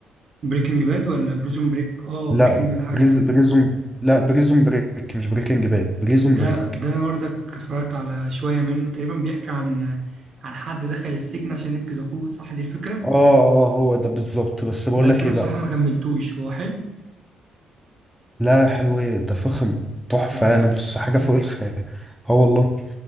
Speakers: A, on the right (about 50°); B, in the centre.
A: بريكنج باد ولا بريزون بريك آه
B: لا
A: بريكنج باد حاجة
B: بريز
A: تانية
B: بريزون لا بريزون بريك مش بريكنج باد بريزون
A: ده
B: بريك
A: ده أنا برضك اتفرجت على شوية منه تقريبا بيحكي عن عن حد دخل السجن عشان ينقذ أخوه صح دي الفكرة
B: آه آه هو ده بالظبط بس بقول
A: بس
B: لك
A: أنا
B: إيه
A: بصراحة
B: بقى
A: ما كملتوش هو حلو
B: لا حلو إيه ده فخم تحفة
A: والله
B: يعني بص حاجة فوق الخيال آه والله